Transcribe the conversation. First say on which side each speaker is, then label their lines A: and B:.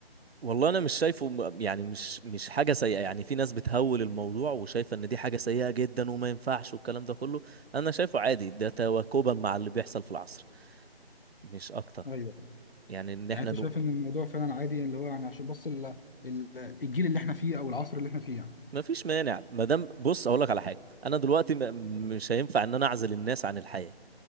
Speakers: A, on the right (about 70°); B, on the left (about 60°).
A: والله انا مش شايفه م- يعني مش مش حاجه سيئه يعني في ناس بتهول الموضوع وشايفه ان دي حاجه سيئه جدا وما ينفعش والكلام ده كله انا شايفه عادي ده تواكبا مع اللي بيحصل في العصر مش اكتر
B: ايوه
A: يعني ان
B: يعني
A: احنا
B: انت
A: نو...
B: شايف ان الموضوع فعلا عادي اللي هو يعني عشان بس ال- ال- الجيل اللي احنا فيه او العصر اللي احنا فيه يعني
A: ما فيش مانع ما دام بص اقول لك على حاجه انا دلوقتي م... مش هينفع ان انا اعزل الناس عن الحياه